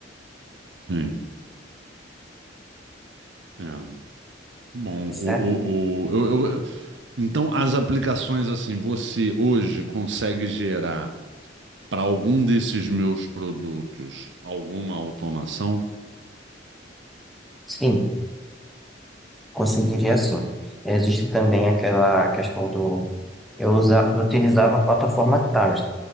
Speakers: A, on the right (about 70°); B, in the centre.
A: Sim. É. Bom,
B: certo?
A: o, o, o- eu, eu- eu- então as aplicações assim, você hoje consegue gerar para algum desses meus produtos alguma automação?
B: Sim. conseguiria sim. Existe também aquela questão do. Eu, usa, eu utilizava a plataforma Tars,